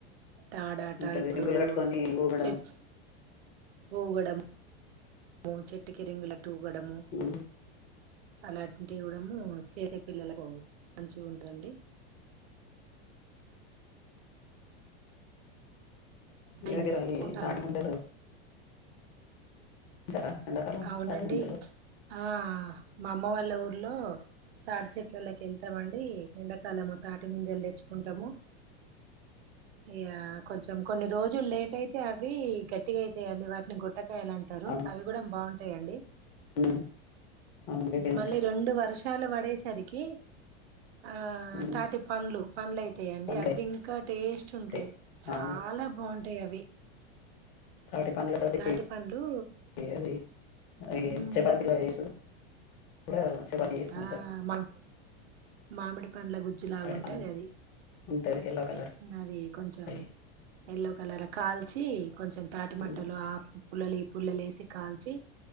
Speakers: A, on the right; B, on the left.
A: తాడాట
B: ఇంత
A: ఇప్పుడు
B: రింగులు కట్టుకొని ఊగడం
A: చెట్ ఊగడం మో చెట్టుకి రింగులట్టి ఊగడము
B: ఉమ్,
A: అలాంటివి కూడము ఇవ్వడము చేసే పిల్లలకు మంచిగ ఉంటదండి సాయంత్రం
B: మీ దగ్గర ఏ
A: పూట
B: తాటి ముంజలు తింటారా ఎండాకాలం
A: అవునండి
B: తాటి ముంజలు
A: ఆ మా అమ్మ వాళ్ళ ఊర్లో తాటి చెట్లల్లకి వెళ్తమండి ఎండాకాలము తాటి ముంజలు తెచ్చుకుంటాము ఇగా కొంచెం కొన్ని రోజులు లేట్ అయితే అవి గట్టిగా అయితయండి వాటిని గొట్టక <unintelligible> అంటారు
B: అవును
A: అవి కూడా బాగుంటాయండి
B: ఉమ్ అవును గట్టిగా
A: మళ్ళీ
B: ఉంటాయి
A: రెండు వర్ష చాలా వడేసరికి ఆ
B: ఉమ్
A: తాటి పండ్లు పండ్లు అయితయండి
B: పండ్లు
A: అవి ఇంకా టేస్ట్
B: అయితాయి
A: ఉంటాయి చాలా
B: అవును
A: బాగుం యి అవి
B: తాటి పండ్ల తోటి
A: తాటి పండ్లు
B: అది అది
A: హుమ్
B: చపాతీలో <unintelligible> చేసుకుంటారు
A: ఆ మాక్ మామిడి పండ్ల గుజ్జులాగుంటది
B: తాటి పండ్లు
A: అది
B: ఉంటది ఎల్లో కలర్
A: అది కొంచెం
B: అయి
A: ఎల్లో కలర్ కాల్చి కొంచెం తాటి మట్టలు
B: ఉమ్
A: ఆ పుల్లలీ పుల్లలేసి కాల్చి